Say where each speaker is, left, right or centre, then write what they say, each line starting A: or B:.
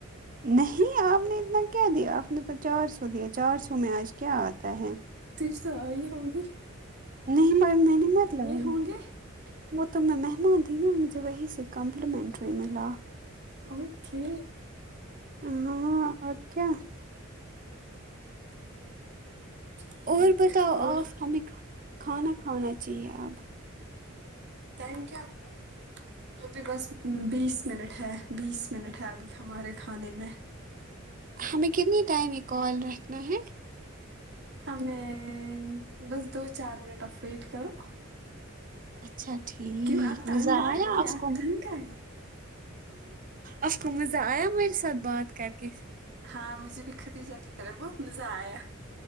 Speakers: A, on the right (about 40°); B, on the right (about 55°).
A: نہیں آپ نے اتنا کیا دیا آپ نے تو چار سو دیا چار سو میں آج کیا آتا ہے
B: تج تو آ ہی ہونگی
A: نہیں مے مینے مت لگائی
B: ہوں گے
A: وہ تو میں مہمان تھی مجھے وہیں سے کمپلیمنٹ وی ملا
B: اوکے
A: ہاں اور کیا
B: ٹھیک
A: اور بتاؤ
B: اور
A: آپ ہمیں ک کھانا کھانا چاہیے آب
B: ٹائم کیا ہوا ابھی بس بیس منٹ ہے بیس منٹ ہے ابھی ہمارے کھانے میں
A: ہمیں کتنے ٹائم یہ کال رکھنا ہے
B: ہم میں بس دو چار منٹ اف ویٹ کرو
A: اچھا ٹھیک
B: کیوں آپ تنگ
A: مزہ
B: آ
A: آیا
B: گئی
A: آف
B: آپ
A: کو
B: تنگ آئے
A: آپ کو مزہ آیا میرے ساتھ بات کر کے
B: ہاں مجھے بھی خھتیجا کی طرح بہت مزہ آیا